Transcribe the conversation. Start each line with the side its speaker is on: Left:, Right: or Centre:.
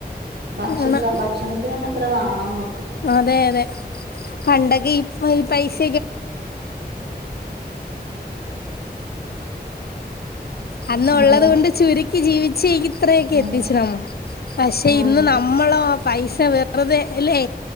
Right: ഭക്ഷിക്ക
Left: ആണ്
Right: ഭക്ഷണത്തിനൊന്നിത്ര വാ നമ്മൾ
Left: അതെ അതെ പണ്ടൊക്കെ ഇ <inaudible> പൈസ അന്ന് ഉള്ളതുകൊണ്ട്
Right: അതെ
Left: ചുരു ജീവിച്ച അത്രയൊക്കെ
Right: ആ
Left: എത്തിച്ച നമ്മൾ പക്ഷെ ഇന്ന്
Right: അതെ
Left: നമ്മളോ പൈസ വെറുതെ ല്ലേ